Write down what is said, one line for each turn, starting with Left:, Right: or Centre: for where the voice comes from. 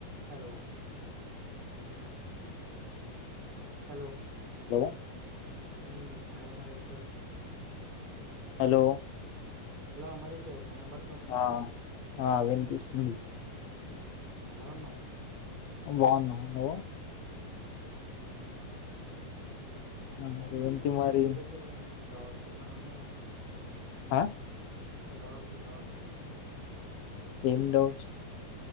Right: Hello hello
Left: లో
Right: ఉమ్ hi Amareshwar
Left: hello
Right: hello Amareshwar వినబడ
Left: ఆ అ వినిపిస్తుంది
Right: మ్మ్ ఎలా ఉన్నవ్
Left: బాగున్న నువ్
Right: చాల బావున్నా
Left: మరి
Right: అవును
Left: ఏంటి మరి
Right: ఇంటి దగ్గర ఏమైన డాక్స్ ఏమైన ఉన్నాయ
Left: అయ్
Right: డాక్ డాగ్స్
Left: ఏమ్ డాగ్స్